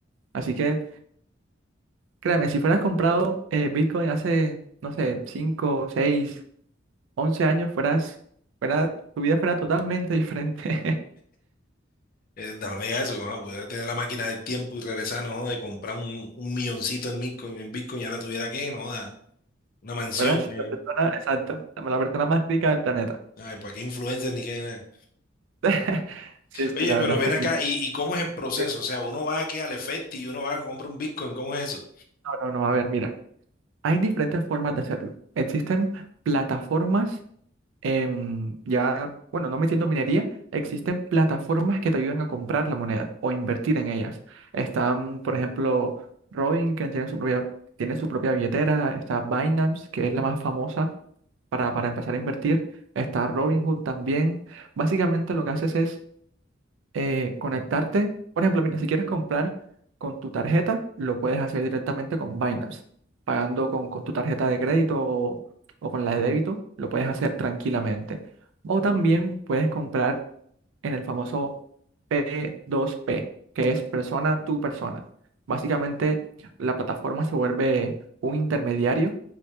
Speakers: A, on the right; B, on the left.
A: Así que Créeme, si fueras comprado eh, Bitcoin hace, no sé, 5 6 11 años, fueras, fuera, tu vida fuera totalmente diferente.
B: no me digas eso, vamos a poder tener la máquina del tiempo y regresar, no joda, de comprar un, un milloncito en Bitcoin, en Bitcoin y ahora tuviera que, no joda, una
A: <laughs>
B: mansión.
A: Fueras
B: eh.
A: la persona, exacto, la, la persona más rica del planeta.
B: Ay, pues qué influencers ni qué nada.
A: <laughs> Sí, sí,
B: Oye,
A: la
B: pero
A: verdad
B: ven
A: es que
B: acá,
A: sí.
B: ¿y, y cómo es el proceso?
A: Sí.
B: O sea, uno va aquí al Efecti y uno va a comprar un Bitcoin, ¿cómo es eso?
A: No, no, no, a ver, mira, hay diferentes formas de hacerlo. Existen plataformas em, ya, bueno, no metiendo minería, existen plataformas que te ayudan a comprar la moneda o invertir en ellas. Están, por ejemplo, Robin, que tiene su propia, tiene su propia billetera, está Binance, que es la más famosa para, para empezar a invertir, está Robinhood también. Básicamente lo que haces es eh, conectarte. Por ejemplo, mira, si quieres comprar con tu tarjeta, lo puedes hacer directamente con Binance, pagando con, con tu tarjeta de crédito o, o con la de débito, lo puedes hacer tranquilamente. O también puedes comprar en el famoso P2P, que es persona tu persona. Básicamente, la plataforma se vuelve un intermediario